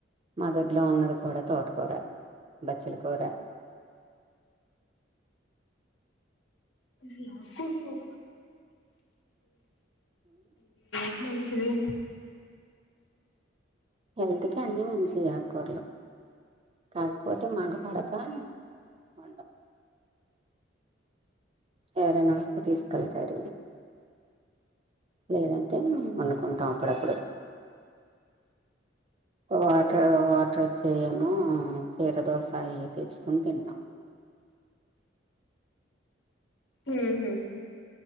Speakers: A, on the right; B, on the left.
A: మాదొడ్లో ఉన్నది కూడా తోట కూర బచ్చల కూర
B: అసలు ఆకూరలు <unintelligible> చూవి
A: హెల్త్ కి అన్ని మంచివె ఆకూరలు కాకపోతే మాకు పడక వండము. ఎవరైన వస్తే తీసుకెళ్తారు. లేదంటే మేం వండుకుంటాం అప్పుడప్పుడు వాటర్ వాటర్ వచ్చఏమో కీర దోస అయి తెచ్చుకని తింటాం
B: ఉమ్ హు